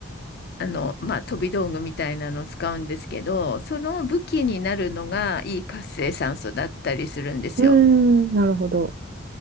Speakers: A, on the left (about 55°); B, on the right (about 50°).
A: あの、まあ、飛び道具みたいなのを使うんですけど、その武器になるのがいい活性酸素だったりするんですよ。
B: うーん。なるほど。